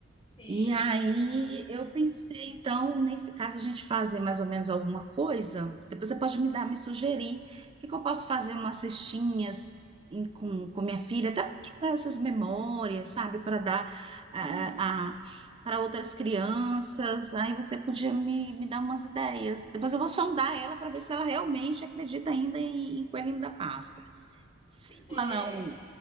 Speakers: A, on the left (about 30°); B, on the right (about 25°).
A: Sim.
B: E aí eu pensei, então, nesse caso, a gente fazer mais ou menos alguma coisa. Depois você pode me dar, me sugerir. O que que eu posso fazer? Umas cestinhas em- com, com minha filha, até para essas memórias, sabe? Para dar eh,
A: Uhum.
B: a, para outras crianças. Aí você podia me, me dar umas ideias. Depois eu vou sondar ela para ver se ela realmente acredita ainda em, em Coelhinho da Páscoa. Se
A: É,
B: ela
A: é.
B: não
A: é.